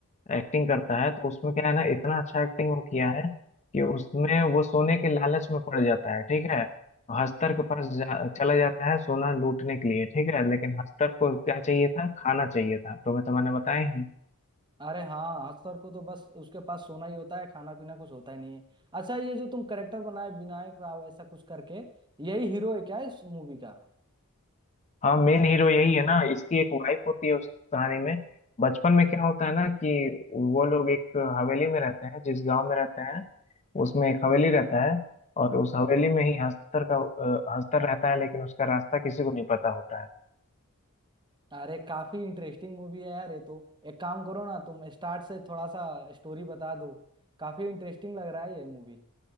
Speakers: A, on the left; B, on the right.
A: एक्टिंग करता है तो उसमें क्या है ना इतना अच्छा एक्टिंग वो किया है कि उसमें वो सोने के लालच में पड़ जाता है ठीक है हस्तर के पास जा, चला जाता है सोना लूटने के लिए ठीक है लेकिन हस्तर को क्या चाहिए था खाना चाहिए था तो मैं तो मैंने बताया ही
B: अरे हाँ हस्तर को तो बस उसके पास सोना ही होता है खाना पीना कुछ होता ही नहीं है अच्छा ये जो तुम करेक्टर बनाए विनायक राव ऐसा कुछ करके यही हीरो है क्या इस मूवी का
A: हाँ मेन हीरो यही है ना इसकी एक वाइफ होती है उस कहानी में बचपन में क्या होता है ना कि वो लोग एक हवेली में रहते हैं जिस गांव में रहते हैं उसमें एक हवेली रहता है और उस हवेली में ही हस्तर का अ, हस्तर रहता है लेकिन उसका रास्ता किसी को नहीं पता होता है
B: अरे काफी इंटरेस्टिंग मूवी है यार ये तो एक काम करो ना तुम स्टार्ट से थोड़ा सा स्टोरी बता दो काफी इंटरेस्टिंग लग रहा है ये मूवी